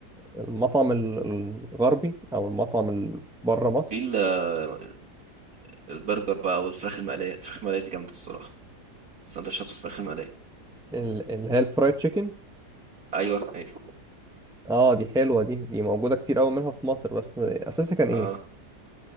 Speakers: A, in the centre; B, on the right (about 60°).
A: المطعم ال- الغربي او المطعم ال- بره مصر
B: في ال- البرجر بقى والفراخ المقليه الفراخ المقليه دي جامده الصراحه سندوتشات الفراخ المقليه
A: ال- اللي هي الفرايد تشيكن
B: ايوه ايوه
A: اه دي حلوه دي دي موجوده كتير قوي منها في مصر بس اساسها كان ايه
B: اه